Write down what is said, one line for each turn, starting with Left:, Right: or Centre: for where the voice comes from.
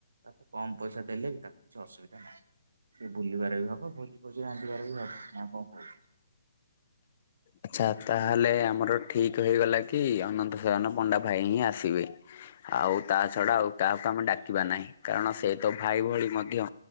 Right: ତାକୁ କମ୍ ପଇସା ଦେଲେ ବି ତାକୁ କିଛି ଅସୁବିଧା ନାହିଁ। ସିଏ ବୁଲିବାରେ ବି ହବ ଭୋଜି ଫୋଜି ରାନ୍ଧିବାରେ ବି ହବ ନା କଣ କହୁଚୁ।
Left: ଆଚ୍ଛା ତାହେଲେ ଆମର ଠିକ୍ ହେଇଗଲା କି ଅନନ୍ତ ସୟନ ପଣ୍ଡା ଭାଇ ହିଁ ଆସିବେ। ଆଉ ତା ଛଡା ଆଉ କାହାକୁ ଆମେ ଡାକିବା ନାହିଁ କାରଣ ସେ ତ ଭାଇ ଭଳି ମଧ୍ୟ।